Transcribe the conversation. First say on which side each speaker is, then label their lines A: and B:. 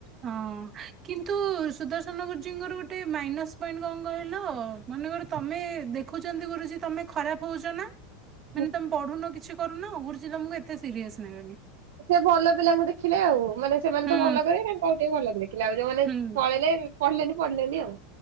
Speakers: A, on the right (about 35°); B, on the right (about 70°).
A: ହଁ କିନ୍ତୁ ସୁଦର୍ଶ <unintelligible> ଜୀଙ୍କର, ଗୋଟେ ମାଇନସ୍ ପଏଣ୍ଟ କଣ କହିଲ? ମନେ କର ତୋମେ ଦେ ଖୁଛନ୍ତି ଗୁରୁଜୀ, ତୋମେ ଖରାପ ହଉଚ ନା
B: <inaudible>
A: ମାନେ ତୋମେ ପଢୁନ, କିଛି କରୁନ, ଗୁରୁଜୀ ତୋମକୁ ଏତେ ସିରିଏସ୍ ନେବେନି।
B: ତ ସେ ଭଲ ପିଲାଙ୍କୁ ଦେଖିଲେ ଆଉ। ମାନେ ସେମାନେ
A: ହୁଁ
B: ତ ଭଲ କରିବେ, ତାଙ୍କୁ ଆଉ ଟିକେ ଭଲ କରେ। ପିଲା ଯୋଉମାନେ
A: ହୁଁ
B: ପଳେଇଲେ, ପଢିଲେନି, ପଢିଲେନି ଆଉ।